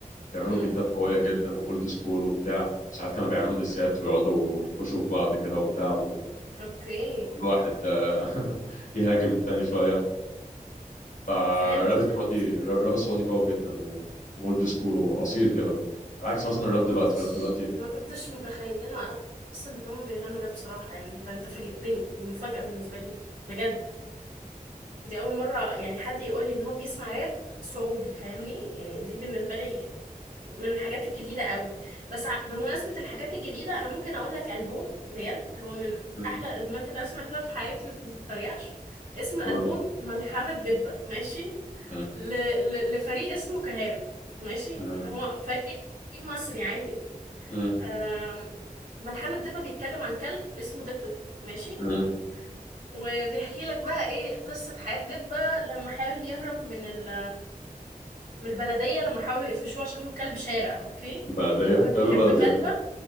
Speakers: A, on the left; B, on the right.
A: بيعملوا
B: امم
A: بيتات قويه جدا واولد سكول وبتاع ساعات كانوا بيعملوا ديسات ويقعدوا ينكشوا في بعض كده وبتاع وكل
B: اوكي
A: واحد آه، <laughs> يهاجم التاني شويه فالراب
B: فهمت فهمت
A: السعودي الراب السعودي قوي جدا واولد سكول واصيل كده على عكس مثلا الراب
B: ما كنتش
A: دلوقتي الراب دلوقتي
B: ما كنتش متخيله اصلا ان هما بيغنوا راب بصراحه يعني انت انت فاجئتني دي مفاجاه بالنسبه لي بجد دي اول مره يعني حد يقول لي ان هو بيسمع راب سعودي فاهمني يعني دي بالنسبه لي من الحاجات الجديده قوي بس ع- بمناسبه الحاجات الجديده انا ممكن اقول لك البوم بجد هو من
A: مم.
B: احلى الالبومات اللي انا سمعتها في حياتي بس ما تتريقش اسم الالبوم
A: هو ليه؟
B: ملحمه دبه ماشي
A: مم.
B: ل... ل... لفريق اسمه كهارب ماشي
A: مم.
B: هو فريق مصري عادي
A: مم.
B: آم، ملحمة دبة بيتكلم عن كلب اسمه دبة ماشي
A: مم.
B: وبيحكي لك بقى ايه قصة حياة دبة لما حاول يهرب من ال... من البلدية لما حاولوا يقفشوه عشان هو كلب شارع اوكي
A: بلديه
B: وكان
A: كلب
B: بيحب
A: بلد
B: كلبة
A: يعني